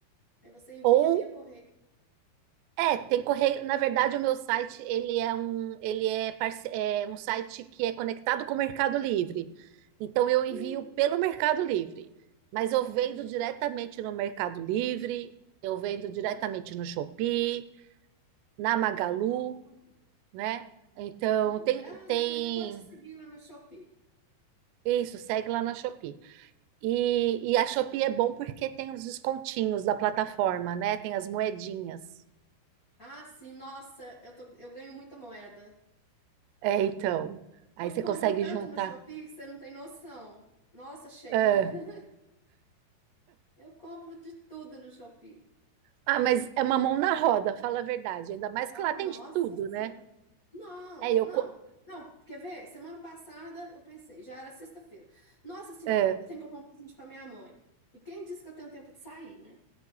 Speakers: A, on the left; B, on the right.
A: Aí você envia
B: ou
A: via correio.
B: é, tem correio, na verdade o meu site, ele é um, ele é, parce- é um site que é conectado com o Mercado Livre. Então eu envio
A: Hum,
B: pelo Mercado Livre, mas eu vendo
A: entendi.
B: diretamente no Mercado Livre, eu vendo
A: Uhum.
B: diretamente no Shopee, na Magalu,
A: Ó, correio.
B: né? Então
A: Uhum.
B: tem
A: Ah,
B: tem
A: depois eu vou te seguir lá na Shopee.
B: isso, segue lá na Shopee. E,
A: Tá.
B: e a Shopee é bom porque tem os descontinhos da plataforma, né? Tem as moedinhas.
A: Ah, sim, nossa, eu, tô- eu ganho muita moeda.
B: É, então. Aí
A: Eu
B: você
A: compro
B: consegue
A: tanto
B: juntar.
A: no Shopee que você não tem noção. Nossa, Sheila,
B: É.
A: <laughs> eu compro de tudo no Shopee.
B: Ah, mas é
A: Ai,
B: uma mão
A: eu
B: na
A: ganho.
B: roda, fala a verdade. Ainda mais
A: Falo,
B: que lá tem
A: nossa
B: de tudo,
A: senhora.
B: né?
A: Não,
B: É, eu.
A: não.
B: co-
A: Não, quer ver? Semana passada eu pensei, já era sexta-feira. Nossa senhora,
B: É,
A: eu tenho que comprar um presente para minha mãe. E quem disse que eu tenho tempo de sair, né?